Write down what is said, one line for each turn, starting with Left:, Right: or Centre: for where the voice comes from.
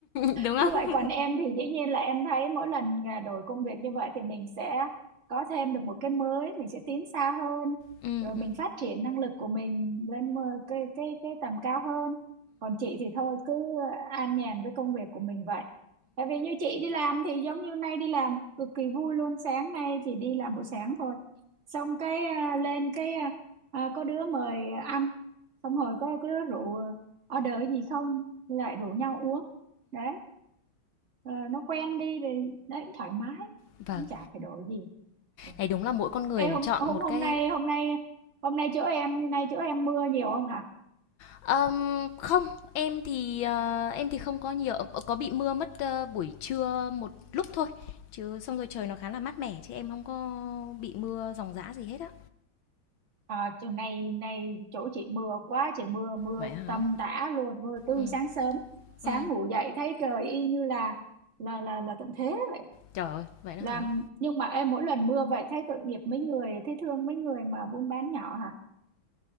Left: <laughs> Đúng không?
Right: cứ vậy còn em thì dĩ nhiên là em thấy mỗi lần à, đổi công việc như vậy thì mình sẽ có thêm được một cái mới mình sẽ tiến xa hơn
Left: Ừ,
Right: rồi mình
Left: ừ.
Right: phát triển năng lực của mình lên một cái cái cái tầm cao hơn còn chị thì thôi cứ an nhàn với công việc của mình vậy tại vì như chị đi làm thì giống như nay đi làm cực kỳ vui luôn sáng nay chỉ đi làm buổi sáng thôi xong cái à, lên cái à, à, có đứa mời ăn xong rồi có, có đứa rượu order gì không lại rủ nhau uống đấy Ờ, nó quen đi thì đấy thoải mái
Left: Vâng,
Right: cũng chả phải đổi gì Ừ.
Left: này đúng là mỗi con người
Right: Ê,
Left: mình
Right: hôm
Left: chọn
Right: hôm
Left: một
Right: hôm
Left: cái
Right: nay hôm nay hôm nay chỗ em nay chỗ em mưa nhiều không hả
Left: Ờm, Không, em thì ờ, em thì không có nhiều Ờ, Có bị mưa mất ờ, buổi trưa một lúc thôi Chứ xong rồi trời nó khá là mát mẻ Chứ em không có bị mưa ròng rã gì hết á
Right: à, chỗ này này chỗ chị mưa quá chị mưa mưa
Left: Vậy hả?
Right: tầm tã luôn mưa từ
Left: Ừ,
Right: sáng sớm sáng
Left: ừ
Right: ngủ dậy thấy trời y như là là là là tận thế vậy
Left: Trời ơi, vậy đó
Right: làm
Left: hả?
Right: nhưng mà em mỗi lần mưa vậy thấy tội nghiệp mấy người thấy thương mấy người mà buôn bán nhỏ hả